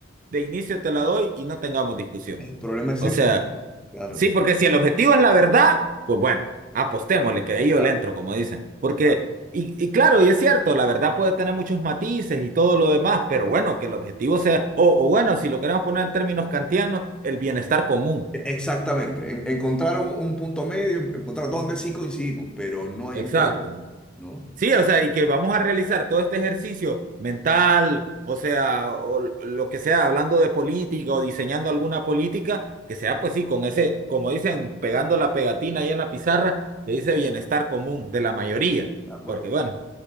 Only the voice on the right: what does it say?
de inicio te la doy y no tengamos discusión.
O
sea,
sí, porque si el objetivo es la verdad, pues bueno, apostémosle, que ahí yo
le entro, como dicen. Porque,
y, y claro, y es cierto, la verdad puede tener muchos matices y todo lo demás, pero bueno, que el objetivo sea, o, o bueno, si lo queremos poner en términos kantianos, el bienestar común.
Exacto.
Sí, o sea, y que vamos a realizar todo este ejercicio mental, o sea, o lo que sea, hablando de política o diseñando alguna política, que sea pues sí, con ese, como dicen, pegando la pegatina ahí en la pizarra, le dice bienestar común de la mayoría,
porque bueno,